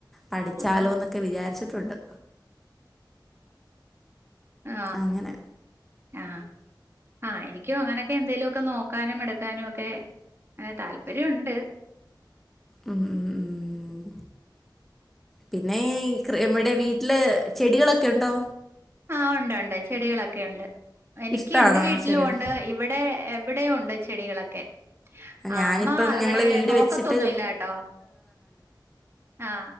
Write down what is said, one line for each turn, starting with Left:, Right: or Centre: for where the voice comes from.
Centre: പഠിച്ചാലോന്ന്
Right: ആ
Centre: ക്ക വിചാരിച്ചിട്ടുണ്ട്
Right: ആ
Centre: അങ്ങനെ
Right: ആ ഹ എനി ഇക്കൂ അങ്ങനെക്കൊ നോക്കാനും എടുക്കാനും ഒക്കെ താൽപ്പര്യം ഉണ്ട്
Centre: ഉം ഉം ഉം പിന്നെ ക്ര എവിടെ വീട്ടില് ചെടികളൊക്കെ ഉണ്ടോ
Right: ആ ഉണ്ട് ഉണ്ട് ചെടികളൊക്കെ ഉണ്ട് എനിക്ക്
Centre: ഇഷ്ടമാണോ
Right: എന്റെ വീട്ടിലുണ്ട്
Centre: ചെടികൾ
Right: ഇവിടെ എ ഇവിടെയുണ്ട് ചെടികളൊക്കെ അമ്മ
Centre: ഞാനിപ്പം
Right: ഇവിടെ
Centre: ഞങ്ങൾ വീട്
Right: നോക്കത്തൊന്നുല്ലാ
Centre: വെച്ചിട്ട്
Right: ട്ടോ ആ